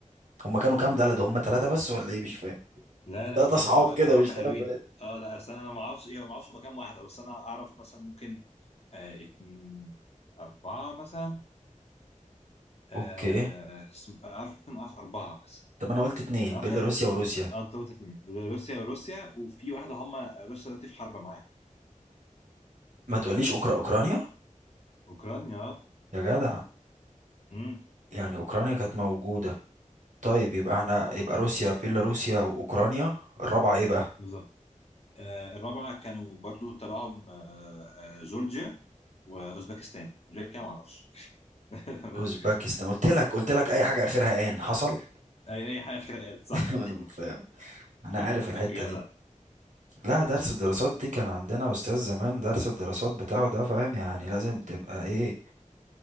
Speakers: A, on the right; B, on the left.
A: هم كانوا كام
B: <laughs>
A: بلد هم ثلاثه بس ولا ايه مش فاهم
B: لا لا
A: ثلاثه
B: كانوا
A: اصحاب كده
B: كانوا حبة
A: مش ثلاث
B: حلوين
A: بلاد
B: اه لا بس انا أنا ما اعرفش ايه ما اعرفش مكان واحدة بس انا اعرف مثلا ممكن آه اتن... أربعة مثلا آه
A: اوكي
B: اسم- اعرف ممكن اعرف أربعة مثلا
A: طب انا قلت اتنين
B: اعرف
A: بيلاروسيا
B: ان هي-
A: وروسيا
B: اه انت قلت اتنين روسيا وروسيا وفي واحدة هم روسيا دلوقتي في حرب معاها
A: ما تقوليش أوكرا اوكرانيا
B: أوكرانيا اه
A: يا جدع
B: أمم،
A: يعني اوكرانيا كانت موجوده طيب يبقى احنا يبقى روسيا بيلاروسيا واوكرانيا الرابعه ايه بقى
B: بالظبط آه، الرابعة كانوا برضو تبعهم آه، آه، جورجيا وأوزبكستان غير كده معرفش <laughs> بس
A: اوزبكستان
B: كده
A: قلت لك قلت لك اي حاجه اخرها ان حصل
B: أي أي حاجة خناقات صح
A: <laughs> انا مش فاهم. انا عارف
B: <laughs>
A: الحته
B: جدع
A: دي لا درس الدراسات دي كان عندنا أستاذ زمان درس الدراسات بتاعه ده فاهم يعني لازم تبقى إيه